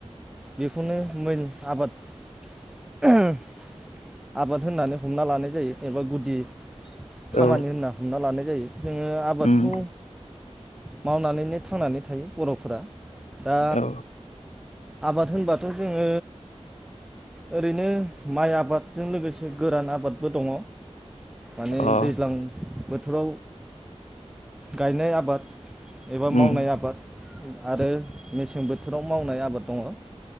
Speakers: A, in the centre; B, on the left.
A: बेखौनो मिन आबाद <unintelligible> आबाद होननानै हमना लानाय जायो एबा गुदि खामानि
B: औ
A: होनना हमना लानाय जायो। जोङो आबादखौ
B: उम
A: मावनानैनो थांनानै थायो बर'फोरा दा
B: औ
A: आबाद होनबाथ' जोङो ओरैनो माइ आबाद जों लोगोसे गोरान आबादबो दङ। माने
B: अ
A: दैज्लां‌ बोथोराव गायनाय आबाद एबा
B: उम
A: मावनाय आबाद आरो मेसें बोथोराव मावनाय आबाद दङ।